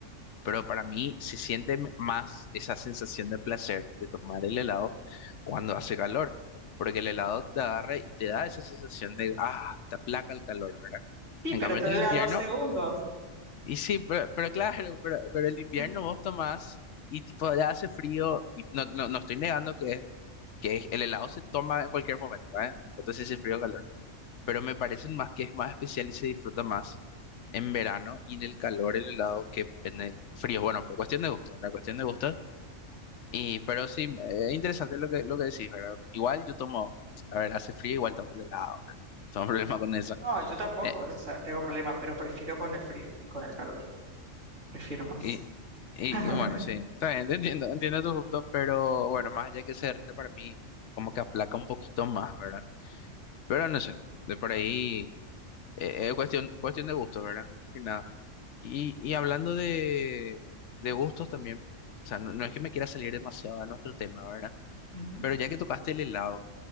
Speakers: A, on the left (about 70°); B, on the right (about 70°).
A: Pero para mí se siente m- más esa sensación de placer de tomar el helado cuando hace calor. Porque el helado
B: Mm,
A: te agarra y te da esa sensación de, ah, te aplaca el calor, ¿verdad?
B: Sí,
A: En
B: pero
A: cambio,
B: te
A: en el
B: dura
A: invierno,
B: dos segundos.
A: y sí, pero, pero claro, pero, pero el invierno
B: <laughs>
A: vos tomás y tipo ya hace frío, y no, no, no estoy negando que que es- el helado se toma en cualquier momento, ¿eh? No importa si hace frío
B: Sí.
A: o calor, pero me parecen más que es más especial y se disfruta más en verano y en el calor el helado que en el frío. Bueno, por cuestión de gusto, ¿verdad? Cuestión de gustos. Y, pero sí, eh, es interesante lo que, lo que decís, ¿verdad? Igual yo tomo, a ver, hace frío, igual tomo el helado, ¿verdad? <laughs> Tengo un problema con eso.
B: No, yo tampoco,
A: Eh,
B: o sea, tengo problema, pero prefiero con el frío, con el calor, prefiero más.
A: y, y,
B: <laughs>
A: y bueno, sí, está bien, te entiendo, entiendo tu punto, pero bueno, más allá que se derrita para mí, como que aplaca un poquito más, ¿verdad? Pero no sé, de por ahí. Eh, es cuestión, cuestión de gustos, ¿verdad? Y nada. Y, y hablando de, de gustos también, o sea, no, no es que me quiera salir demasiado de nuestro tema, ¿verdad?
B: Ujú.
A: Pero ya que tocaste el helado,